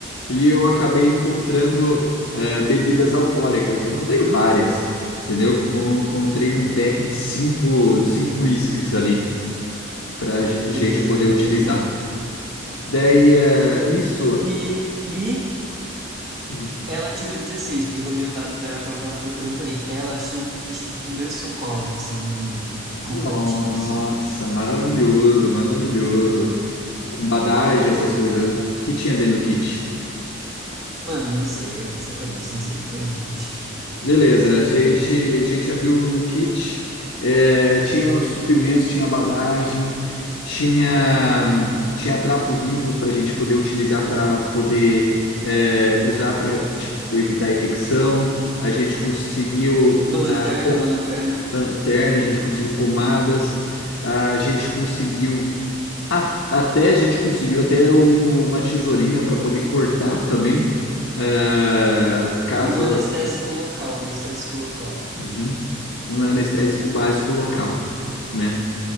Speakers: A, on the left (about 75°); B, on the right (about 50°).
A: E eu acabei encontrando eh, bebidas alcoólicas. Eu encontrei várias, entendeu? Com- Encontrei um pack de cinco, cinco uísques ali pra ge- gente
B: Beleza,
A: poder
B: beleza.
A: utilizar. Daí, eh, nisso,
B: E, e
A: hum,
B: ela tirou 16 porque eu rodei um dado pra ela que ela tava procurando também. Ela achou um kit de primeiros socorros, assim, um
A: nossa,
B: completinho, assim.
A: maravilhoso, maravilhoso. Com badagem, essas coisas. O que tinha dentro do kit?
B: Mano, não sei, é da sua cabeça, não sei o que era um kit.
A: Beleza, a gente, a gente abriu o kit, eh, tinha os suprimentos, tinha badagem, tinha, tinha trapos limpos para a gente poder utilizar para poder eh, usar para evitar infecção. A gente conseguiu
B: Uma lanterna,
A: a pom-
B: uma lanterna
A: lanterna, a gente conseguiu pomadas, a gente conseguiu a- até a gente conseguiu até um- uma tesourinha para poder cortar também, eh, caso
B: e um anestésico local, anestésico local
A: Uhum. Um anestésico
B: no kit.
A: básico local, né?